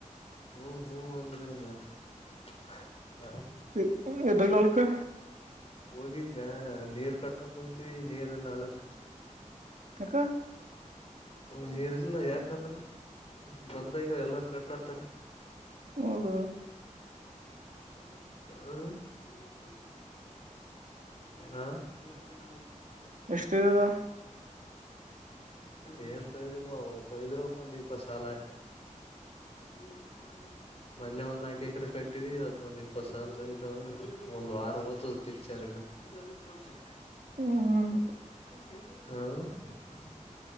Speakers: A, on the left (about 50°); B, on the right (about 80°).
A: ಹ್ಮ್ ಹ್ಮ್ ಒಂದ. <unintelligible>
B: <unintelligible> ಹೊಲಕ್ಕ.
A: ಹೋಗಿದ್ನ ನೀರ್ ಕಟ್ಟಕ ಕುಂತೀವಿ ನೀರ್ ಎಲ್ಲ ಹೋಳಕ್
B: ಯಾಕ.
A: ನೀರ್ಲ್ಲ ಯಾಕಂದ್ರೆ ಬಂದಾಗ್ಯ ಎಲ್ಲಾರ ಕಟ್ಲಾತ್ತಾರ.
B: ಹೌದ
A: ಹ ಏ ಒಿ ರೂಪಾಯಿ ಕಡಬೋಲ್ಲ <inaudible>
B: ಎಷ್ಟು ಇದವ್.
A: ಏನ್ಂತಯ್ದಿಲ್ಲತಯ್ದ್ರುೂಪ ಒಂದು ಇಪ್ಪತ್ತು ಸಾಲ ಆಕೆ. ್ಮ ಹ್ಮ್ <unintelligible> ಮೊನ್ನೆ ಒಂದ್ ನಾಕ ಎಕರೆ ಕಟ್ಟಿವ ಇವತ್ತು ಒಂದ್ ಇಪ್ಪತ್ ಸಲ್ ತಗಿದಾವ ಒಂದ್ ವಾರ. ತದು ಪಿಚರ್ <unintelligible>
B: ಹ್ಮ್ ಹ್ಮ್
A: ಹ್ಮ್